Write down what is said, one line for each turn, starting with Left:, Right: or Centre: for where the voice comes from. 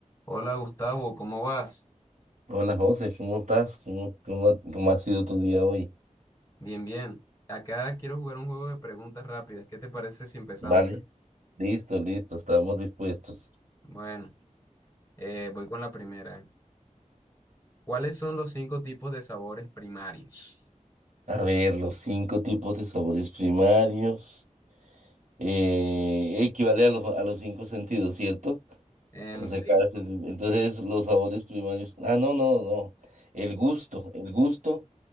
Left: Hola Gustavo, ¿cómo vas?
Right: Hola José, ¿cómo estás? ¿Cómo, cómo, ha cómo ha sido tu día hoy?
Left: Bien, bien. Acá quiero jugar un juego de preguntas rápidas. ¿Qué te parece si empezamos?
Right: Vale, listo, listo, estamos dispuestos.
Left: Bueno, eh, voy con la primera. ¿eh? ¿Cuáles son los cinco tipos de sabores primarios?
Right: A ver, los cinco tipos de sabores primarios eh, equivale a los, a los cinco sentidos, ¿cierto?
Left: Em,
Right: O sea,
Left: sí.
Right: cada sen- entonces los sabores primarios. Ah, no, no, no. El gusto, el gusto